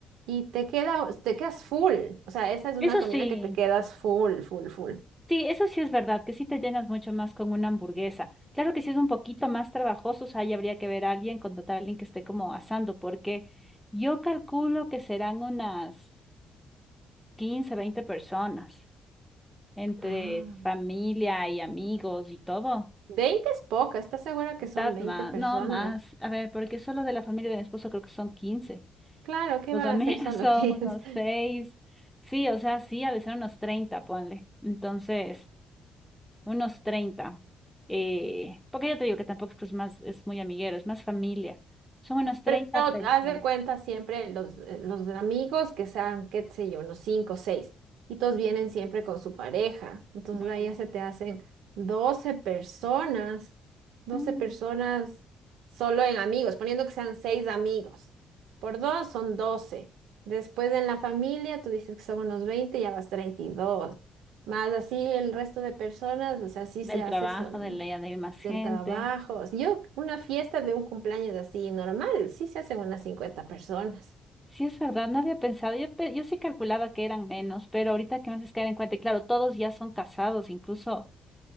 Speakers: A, on the right (about 85°); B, in the centre.
A: y te queda, te quedas full, o sea, esa es una
B: Eso
A: comida
B: sí.
A: que te quedas full, full, full.
B: Sí, eso sí es verdad, que sí te llenas mucho más con una hamburguesa. Claro que si es un poquito más trabajoso, o sea, ahí habría que ver a alguien, contratar a alguien que esté como asando, porque yo calculo que serán unas 15 20 personas, entre
A: Ah,
B: familia y amigos y todo.
A: 20 es poca, ¿estás segura que
B: Está
A: son 20
B: más,
A: personas?
B: no más. A ver, porque solo de la familia de mi esposo creo que son quince
A: Claro, ¿qué
B: Los
A: van
B: amigos
A: a hacer solo
B: <laughs> son
A: <laughs> 15?
B: unos seis Sí, o sea, sí, a veces unos 30 ponle. Entonces. unos treinta eh, porque ya te digo que tampoco es que es más, es muy amiguero, es más familia. Son unos 30
A: Pero
B: personas.
A: haz de cuenta siempre los, eh, los amigos que sean, qué sé yo, unos cinco o seis, y todos vienen siempre con su pareja. Entonces
B: Bueno,
A: ahí ya se te hacen 12 personas, doce
B: mm,
A: personas solo en amigos, poniendo que sean seis amigos. Por dos son doce Después en la familia, tú dices que son unos veinte ya vas treinta y dos Más así el resto de personas, o sea, así
B: del
A: se hace.
B: trabajo,
A: son
B: de la idea de ir más
A: del
B: gente.
A: trabajo. Yo, una fiesta de un cumpleaños así normal, sí se hacen unas 50 personas,
B: Sí, es verdad, no había pensado. Yo, pe- yo sí calculaba que eran menos, pero ahorita que me haces caer en cuenta, y claro, todos ya son casados, incluso